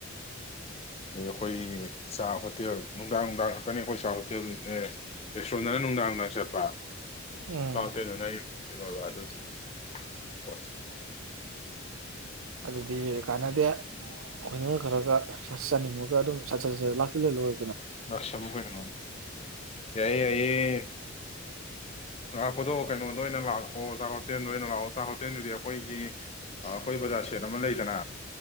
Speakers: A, on the left; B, on the right.
A: ꯗꯩ ꯑꯈꯣꯏ ꯆꯥꯛ ꯍꯣꯇꯦꯜ ꯅꯨꯡꯗꯥꯡ ꯅꯨꯡꯗꯥꯡ ꯈꯛꯇꯅꯤ ꯑꯈꯣꯏ ꯆꯥꯛ ꯍꯣꯇꯦꯜ ꯑ ꯔꯦꯁꯇꯨꯔꯦꯟꯗꯅ ꯅꯨꯡꯗꯥꯡ ꯅꯨꯡꯗꯥꯡ ꯆꯠꯄ
B: ꯎꯝ
A: ꯆꯥꯛ ꯍꯣꯇꯦꯟꯗꯅ ꯑꯩ ꯀꯩꯅꯣꯕ ꯑꯗꯨꯒꯤ ꯄꯣꯠꯁ
B: ꯑꯗꯨꯗꯤ ꯀꯥꯟꯅꯗꯦ ꯈꯣꯏꯅꯒ ꯈꯔꯒ ꯆꯠ ꯆꯅꯤꯡꯉꯒ ꯑꯗꯨꯝ ꯁꯆꯠ ꯆꯠ ꯂꯥꯛꯁꯤꯜꯂ ꯂꯣꯏ
A: ꯂꯥꯛꯁꯟꯂꯨ ꯀꯅꯣ ꯌꯥꯏꯌꯦ ꯌꯥꯏꯌꯦ ꯂꯥꯛꯄꯗꯣ ꯀꯩꯅꯣꯗ ꯑꯣꯏꯅ ꯂꯥꯛꯑꯣ ꯆꯥꯛ ꯍꯣꯇꯦꯜꯗ ꯑꯣꯏꯅ ꯂꯥꯛꯑꯣ ꯆꯥꯛ ꯍꯣꯇꯦꯜꯗꯨꯗꯤ ꯑꯈꯣꯏꯒꯤ ꯑ ꯑꯈꯣꯏ ꯕꯖꯥꯔ ꯁꯦꯠ ꯑꯃ ꯂꯩꯗꯅ